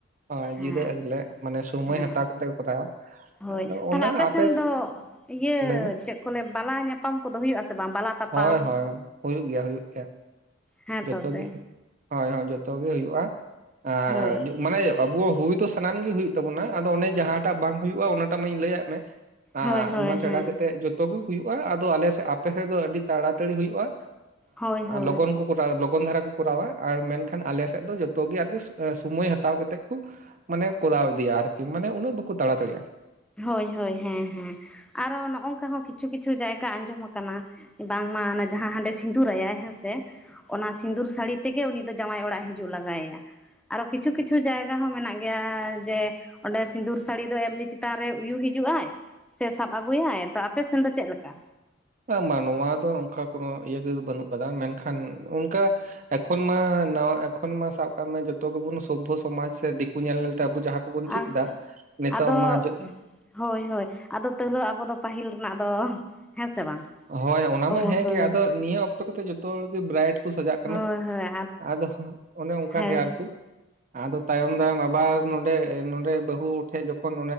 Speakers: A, on the right (about 40°); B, in the centre.
A: ᱦᱳᱭ
B: ᱦᱮᱸ
A: ᱡᱤᱨᱟᱹᱜ ᱨᱮᱞᱮ, ᱢᱟᱱᱮ ᱥᱳᱢᱚᱭ
B: ᱦᱮᱸ
A: ᱦᱟᱛᱟᱣ ᱠᱟᱛᱮ ᱠᱚ ᱠᱚᱨᱟᱣᱟ᱾
B: ᱦᱳᱭ
A: ᱟᱫᱚ
B: ᱛᱟᱦᱚᱞᱮ
A: ᱚᱱᱟ
B: ᱟᱯᱮ ᱥᱮᱱ
A: ᱥᱮ
B: ᱫᱚ ᱤᱭᱟᱹ
A: ᱞᱟᱹᱭ ᱢᱮ
B: ᱪᱮᱫ ᱠᱚ ᱞᱟᱹᱭᱟ ᱵᱟᱞᱟ ᱧᱟᱯᱟᱢ ᱠᱚᱫᱚ ᱦᱩᱭᱩᱜ-ᱟ ᱥᱮ ᱵᱟᱝ ᱵᱟᱞᱟ ᱛᱟᱯᱟᱢ
A: ᱦᱳᱭ ᱦᱳᱭ ᱦᱩᱭᱩᱜ ᱜᱮᱭᱟ ᱦᱩᱭᱩᱜ
B: ᱦᱮᱸ
A: ᱡᱷᱚᱛᱚ
B: ᱛᱚ ᱥᱮ
A: ᱜᱮ ᱦᱳᱭ ᱦᱳᱭ ᱡᱷᱚᱛᱚ ᱜᱮ ᱦᱩᱭᱩᱜ-ᱟ, ᱟᱨ
B: ᱦᱳᱭ
A: ᱢᱟᱱᱮ ᱟᱵᱚᱣᱟᱜ ᱦᱩᱭ ᱫᱚ ᱥᱟᱱᱟᱢ ᱜᱮ ᱦᱩᱭᱩᱜ ᱛᱟᱵᱚᱱᱟ, ᱟᱫᱚ ᱚᱱᱮ ᱡᱟᱦᱟ ᱴᱟᱜ ᱵᱟᱝ ᱦᱩᱭᱩᱜ-ᱟ, ᱚᱱᱟᱴᱟᱜ ᱢᱟᱧ ᱞᱟᱹᱭᱟᱜ ᱢᱮ᱾ ᱟᱨ
B: ᱦᱳᱭ ᱦᱳᱭ
A: ᱚᱱᱟ ᱪᱷᱟᱲᱟ
B: ᱦᱮᱸ
A: ᱠᱟᱛᱮᱜ ᱡᱚᱛᱚ ᱜᱮ ᱦᱩᱭᱩᱜ-ᱟ ᱟᱫᱚ ᱟᱞᱮ ᱥᱮᱫ ᱟᱯᱮ ᱥᱮ ᱟᱹᱰᱤ ᱛᱟᱲᱟᱛᱟᱲᱤ ᱦᱩᱭᱩᱜ-ᱟ
B: ᱦᱳᱭ ᱦᱳᱭ
A: ᱞᱚᱜᱚᱱ ᱠᱚ ᱠᱚᱨᱟᱣ ᱞᱚᱜᱚᱱ ᱫᱷᱟᱨᱟ ᱠᱚ ᱠᱚᱨᱟᱣᱟ ᱟᱨ ᱢᱮᱱᱠᱷᱟᱱ ᱟᱞᱮ ᱥᱮᱫ ᱫᱚ ᱡᱚᱛᱚ ᱜᱮ ᱟᱨᱠᱤ ᱥᱚ, ᱥᱚᱢᱚᱭ ᱦᱟᱛᱟᱣ ᱠᱟᱛᱮᱫ ᱠᱚ ᱢᱟᱱᱮ ᱠᱚᱨᱟᱣ ᱤᱫᱤᱭᱟ ᱟᱨᱠᱤ ᱢᱟᱱᱮ ᱩᱱᱟᱹᱜ ᱵᱟᱠᱚ ᱛᱟᱲᱟᱛᱟᱲᱤᱜᱼᱟ᱾
B: ᱦᱳᱭ ᱦᱳᱭ ᱦᱮᱸ ᱦᱮᱸ ᱟᱨᱦᱚᱸ ᱱᱚᱜ ᱚᱝᱠᱟ ᱦᱚᱸ ᱠᱤᱪᱷᱩ ᱠᱤᱪᱷᱩ ᱡᱟᱭᱜᱟ ᱟᱸᱡᱚᱢ ᱟᱠᱟᱱᱟ᱾ ᱵᱟᱝᱢᱟ ᱚᱱᱟ ᱡᱟᱦᱟᱸ ᱦᱟᱸᱰᱮ ᱥᱤᱸᱫᱩᱨᱟᱭᱟᱭ ᱦᱮᱸ ᱥᱮ, ᱚᱱᱟ ᱥᱤᱸᱫᱩᱨ ᱥᱟᱹᱲᱤ ᱛᱮᱜᱮ ᱩᱱᱤ ᱫᱚ ᱡᱟᱶᱟᱭ ᱚᱲᱟᱜ ᱮ ᱦᱤᱡᱩᱜ ᱞᱟᱜᱟᱭᱮᱭᱟ᱾ ᱟᱨᱚ ᱠᱤᱪᱷᱩ ᱠᱤᱪᱷᱩ ᱡᱟᱭᱜᱟ ᱦᱚᱸ ᱢᱮᱱᱟᱜ ᱜᱮᱭᱟ ᱡᱮ ᱚᱸᱰᱮ ᱥᱤᱸᱫᱩᱨ ᱥᱟᱹᱲᱤ ᱫᱚ ᱮᱢᱱᱤ, ᱪᱮᱛᱟᱱ ᱨᱮ ᱩᱭᱩ ᱦᱤᱡᱩᱜ ᱟᱭ ᱥᱮ ᱥᱟᱵ ᱟᱹᱜᱩᱭᱟᱭ᱾ ᱛᱚ ᱟᱯᱮᱥᱱ ᱫᱚ ᱪᱮᱫ ᱞᱮᱠᱟ?
A: ᱵᱟᱝ ᱵᱟᱝ ᱱᱚᱣᱟ ᱫᱚ ᱱᱚᱝᱠᱟ ᱠᱳᱱᱚ ᱤᱭᱟᱹᱜᱤ ᱵᱟᱹᱱᱩᱜ ᱟᱠᱟᱫᱟ ᱢᱮᱱᱠᱷᱟᱱ ᱚᱱᱠᱟ ᱮᱠᱷᱚᱱ ᱢᱟ ᱱᱟᱣᱟ ᱮᱠᱷᱚᱱ ᱢᱟ ᱥᱟᱵ ᱠᱟᱜ ᱢᱮ ᱡᱚᱛᱚ ᱜᱮᱵᱚᱱ ᱥᱚᱵᱵᱷᱷᱚ ᱥᱚᱢᱟᱡᱽ ᱥᱮ ᱫᱤᱠ ᱧᱮᱞ ᱧᱮᱞᱛᱮ ᱟᱵᱚ ᱡᱟᱦᱟᱸ ᱠᱚᱵᱩᱱ ᱪᱮᱫ
B: ᱟᱨ
A: ᱫᱟ ᱱᱤᱛᱚᱜ
B: ᱟᱫᱚ
A: ᱢᱟ
B: ᱦᱳᱭ ᱦᱳᱭ ᱟᱫᱚ ᱛᱟᱣ ᱦᱚᱞᱮ ᱟᱵᱚ ᱫᱚ ᱯᱟᱹᱦᱤᱞ ᱨᱮᱱᱟᱜ ᱫᱚ ᱦᱮᱸ ᱥᱮ ᱵᱟᱝ?
A: ᱦᱳᱭ ᱚᱱᱟ
B: ᱚ
A: ᱢᱟ ᱦᱮᱸ
B: ᱦᱳᱭ
A: ᱜᱮ ᱟᱫᱚ ᱱᱤᱭᱟᱹ ᱚᱠᱛᱚ ᱠᱟᱛᱮ ᱡᱚᱛᱚ ᱦᱚᱲ ᱜᱮ ᱵᱨᱟᱭᱤᱴ ᱠᱚ ᱥᱟᱡᱟᱜ ᱠᱟᱱᱟ᱾
B: ᱦᱳᱭ ᱦᱳᱭ
A: ᱟᱫᱚ ᱚᱱᱮ ᱚᱱᱠᱟ
B: ᱦᱮᱸ
A: ᱜᱮ ᱟᱨᱠᱤ ᱟᱫᱚ ᱛᱟᱭᱚᱢ ᱫᱟᱨᱟᱢ ᱟᱵᱟᱨ, ᱱᱚᱰᱮ, ᱱᱚᱸᱰᱮ ᱵᱟᱹᱦᱩᱴᱷᱮᱡ ᱡᱚᱠᱷᱚᱱ